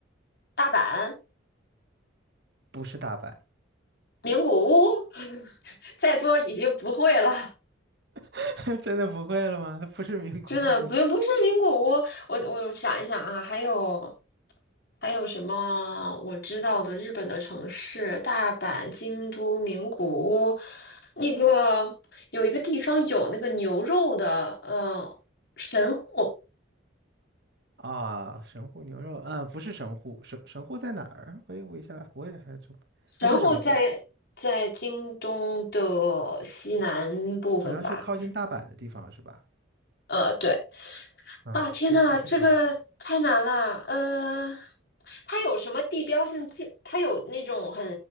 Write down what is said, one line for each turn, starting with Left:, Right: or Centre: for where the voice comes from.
Left: 大阪、
Right: 不是大阪，
Left: 名古屋，<laughs> 再多已经不会了。
Right: <laughs> 真的不会了吗？那不是名古屋
Left: 真的不用不是名古屋，我我想一想啊，还有还有什么我知道的日本的城市？大阪、京都、名古屋，那个有一个地方有那个牛肉的，呃，神户，
Right: 啊，神户牛肉啊，不是神户，神神户在哪儿？我也我一下我也还真不是神户，
Left: 神户在在京东的西南部分吧。
Right: 好像是靠近大阪的地方是吧？
Left: 呃，对，
Right: 嗯，
Left: 啊，天呐，
Right: 不不是神户，
Left: 这个太难了。呃，它有什么地标性建？它有那种很